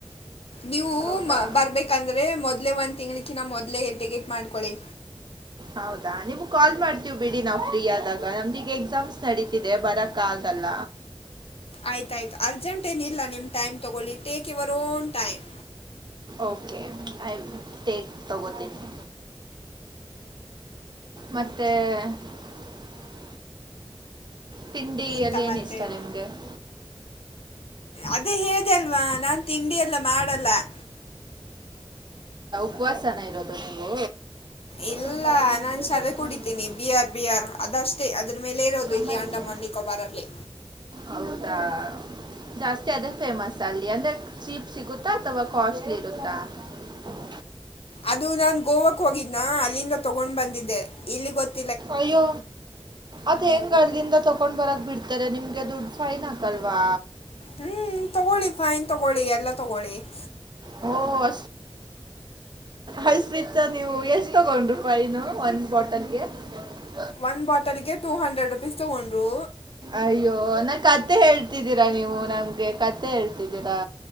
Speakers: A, on the left (about 75°); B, on the right (about 50°).
A: ನೀವು
B: ಹೌದಾ
A: ಬರ್ಬೇಕಂದ್ರೆ ಮೊದ್ಲೇ ಒಂದು ತೆಂಗಳಕಿನ ಮೊದಲೇ ಟಿಕೆಟ್ ಮಾಡಿಕೊಳ್ಳಿ
B: ಹೌದಾ ನೀವು ಕಾಲ್ ಮಾಡ್ತೀವಿ ಬಿಡಿ ನಾವ್ ಫ್ರೀ ಆದಾಗ ನಮ್ದಗ ಎಕ್ಸಾಮ್ಸ್ ನಡೀತಿದೆ ಬರಕ ಆಗಲ್ಲ
A: ಆಯ್ತಾಯ್ತು ಅರ್ಜೆಂಟ್ ಏನಿಲ್ಲ ನಿಮ್ಮ್ ಟೈಮ್ ತಗೊಳ್ಳಿ take your own time
B: okay okay take ತಗೊಣ್ತೀನಿ ಮತ್ತೆ <inaudible> ತಿಂಡಿ
A: ಎಂತ
B: ಅಲ್ಲಿ ಏನ್
A: ಮತ್ತೆ
B: ಇಷ್ಟ ನಿಮ್ಗೆ <inaudible>
A: ಅದೇ ಹೇಳದೆ ಅಲ್ವಾ ನಾನ್ ತಿಂಡಿ ಎಲ್ಲಾ ಮಾಡಲ್ಲ <inaudible>
B: ಉಪವಾಸನಾ ಇರೋದು ನೀವು
A: ಇಲ್ಲ
B: ಸ್ವಲ್ಪ ಉದ್ದ
A: ನಾನ್ ಸಾರಾಯಿ
B: ಕೆಲ್ಸ
A: ಕುೂಡಿದ್ದೀನಿ
B: ಮಾಡ್ತೀನಿ.
A: ಬಿ ಆರ್ ಬಿ ಆರ್ ಅದಷ್ಟೇ ಅದ ಮೇಲೆ ಇರೋದು
B: ನಮ್ಮನೇಲೆ
A: ಇಲ್ಲಿ ಅಂಡಮಾನ್ ನಿಕೋಬಾರಲ್ಲಿ
B: ಹೌದಾ ಜಾಸ್ತಿ ಅದೇ ಫೇಮಸ್ ಅಲ್ಲಿ ಅಂದ್ರೆ ಚೀಪ್ ಸಿಗುತ್ತಾ ಅಥವಾ ಕಾಸ್ಟ್ಲಿ ಇರುತ್ತಾ <inaudible> <unintelligible>
A: ಅದು ನಾನ್ ಗೋವಾಕ್ ಹೋಗಿದ್ನ ಅಲ್ಲಿಂದ ತಗೊಂಡ್ ಬಂದಿದ್ದೆ ಇಲ್ಲಿ ಗೊತ್ತ
B: ಅಯ್ಯೋ ಅತ್ ಹೆಂಗೆ ಅಲ್ಲಿಂದ ತಕೊಂಡ್ ಬರಕ್ ಬಿಡ್ತಾರೆ ನಿಮ್ಗೆ ದುಡ್ಡು ಫೈನ್ ಹಾಕಲ್ವಾ
A: ಹ್ಮ್ ತಗೊಳ್ಳಿ ಫೈನ್ ತಗೊಳ್ಳಿ ಎಲ್ಲ ತಗೊಳ್ಳಿ <inaudible>
B: ಹ್ಮ <unintelligible> ಅಷ್ಟು ರಿಚ್ ನೀವು ಎಷ್ಟ ತಗೊಂಡ್ರರು ಫೈನ್ ಒಂದು ಬಾಟಲ್ ಗೆ <unintelligible>
A: ಒಂದ್ ಬಾಟಲ್ ಗೆ ಟೂ ಹಂಡ್ರೆಡ್ ರುಪೀಸ್ ತಗೊಂಡ್ರು
B: ಅಯ್ಯೋ ನ ಕಥೆ ಹೇಳ್ತಿದ್ದೀರಾ ನೀವು ನಮ್ಗೆ ಕಥೆ ಹೇಳ್ತಿದ್ದೀರಾ